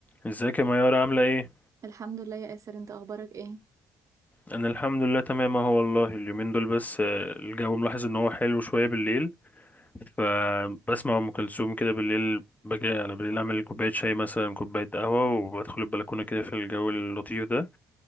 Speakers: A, on the left; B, on the right.
A: ازيك يا ميارة عاملة ايه؟
B: الحمد لله يا آسر انت اخبارك ايه
A: انا الحمد لله تمام اهو والله اليومين دول بس آه، الجو ملاحظ ان هو حلو شوية بالليل فبسمع ام كلثوم كده بالليل بجي انا بالليل اعمل كوباية شاي مثلا كوباية قهوة وبدخل البلكونة كده في الجو اللطيف ده